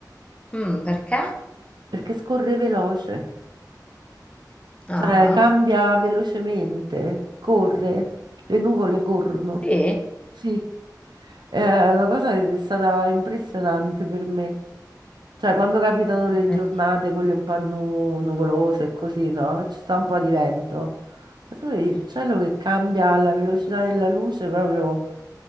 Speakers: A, on the left (about 15°); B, on the right (about 90°).
A: Mm, perché?
B: perché scorre veloce,
A: Ah,
B: cioè cambia velocemente, corre, le nuvole corrono.
A: sì?
B: Sì, è una cosa che è stata impressionante per me. Cioè, quando capitano
A: Ah,
B: le
A: vedi.
B: giornate, quelle un po' nu- nuvolose e così, no? Ci sta un po' di vento. Ma tu vedi il cielo che cambia alla velocità della luce proprio